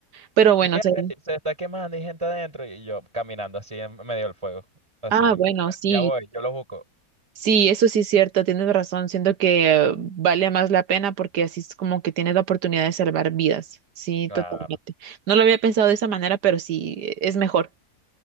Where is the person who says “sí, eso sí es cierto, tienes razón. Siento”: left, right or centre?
Right